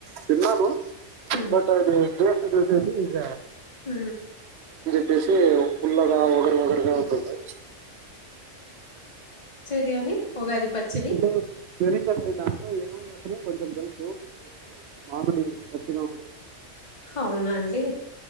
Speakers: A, on the right; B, on the left.
A: తిన్నాను
B: ఉమ్
A: బట్ అది టెస్ చూసేసి ఇగ
B: మ్
A: వచ్చేసి పుల్లగా వగరు వగరుగా ఉంటుంది
B: దే అని
A: <unintelligible>
B: ఉగాది పచ్చడి
A: అంటే తెలిందండి దాంట్లో ఏమ అసలు కొంచెం తెలుసు అదేదో మామిడి పచ్చి మామిడి
B: హా అవునండి